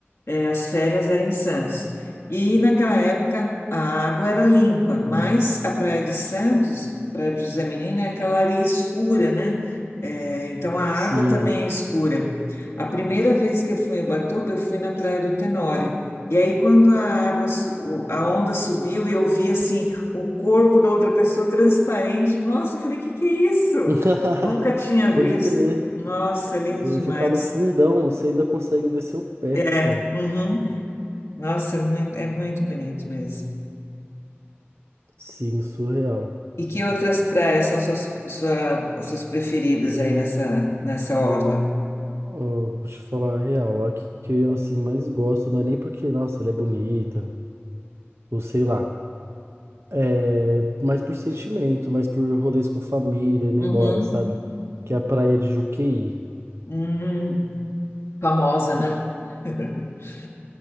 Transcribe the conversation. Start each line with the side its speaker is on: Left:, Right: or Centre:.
Left: É, as férias eram em Santos. E naquela época a água era limpa, mas a Praia de Santos, Praia de José Menino, é aquela areia escura, né? É, então a água
Right: Sim.
Left: também é escura. A primeira vez que eu fui em Ubatuba, eu fui na Praia do Tenório. E aí, quando a água, su- o- a onda subiu e eu vi assim o corpo da outra pessoa transparente, nossa, eu falei, que que é isso?
Right: <laughs>
Left: Nunca tinha
Right: Pode
Left: visto.
Right: crer.
Left: Nossa, é lindo
Right: Você
Left: demais.
Right: você tá no fundão, você ainda consegue ver seu pé,
Left: É,
Right: cara.
Left: Uhum. Nossa, é muito, é muito bonito mesmo.
Right: Sim, surreal.
Left: E que outras praias são suas, sua- suas preferidas aí nessa, nessa orla?
Right: Ó, vou te falar a real, a que que eu assim mais gosto, não é nem porque, nossa, ela é bonita, ou sei lá. É, mais por sentimento, mais por rolês com família, memória,
Left: Uhum.
Right: sabe? Que é a praia de Juqueí.
Left: Hum, famosa, né? <laughs>